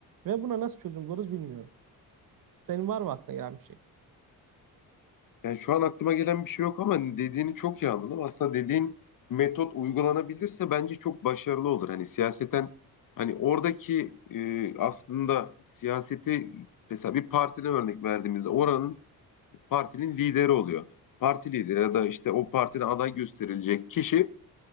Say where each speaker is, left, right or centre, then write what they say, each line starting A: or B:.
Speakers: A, on the right (about 60°); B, on the left (about 55°).
A: Ve buna nasıl çözüm buluruz bilmiyorum. Senin var mı aklına gelen bir şey?
B: Yani şu an aklıma gelen bir şey yok ama dediğini çok iyi anladım. Aslında dediğin metot uygulanabilirse bence çok başarılı olur. Hani siyaseten hani oradaki e, aslında siyaseti mesela bir partiden örnek verdiğimizde oranın partinin lideri oluyor. Parti lideri ya da işte o partide aday gösterilecek kişi